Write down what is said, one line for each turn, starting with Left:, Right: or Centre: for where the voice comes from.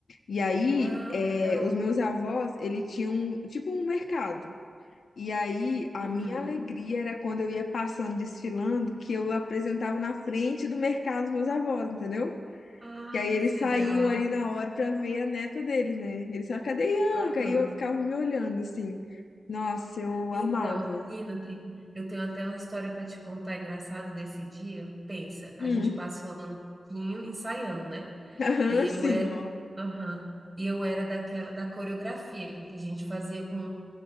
Left: E aí,
Right: Ah,
Left: é,
Right: legal.
Left: os meus avós, ele tinham tipo um mercado. E aí, a
Right: Uhum.
Left: minha alegria era quando eu ia passando, desfilando, que eu apresentava na frente do mercado os meus avós, entendeu?
Right: Ah,
Left: Que aí eles
Right: que legal.
Left: saíam ali na hora pra ver a neta deles, né? Eles falavam, cadê Ianca?
Right: Aham.
Left: aí eu ficava me olhando, assim. Nossa, eu
Right: Então,
Left: amava.
Right: menina, tem- eu tenho até uma história para te contar engraçada desse dia. Pensa, a
Left: Hum,
Right: gente passa o ano todinho ensaiando, né?
Left: aham,
Right: E eu
Left: sim.
Right: era, aham. E eu era daquela da coreografia que a gente fazia com,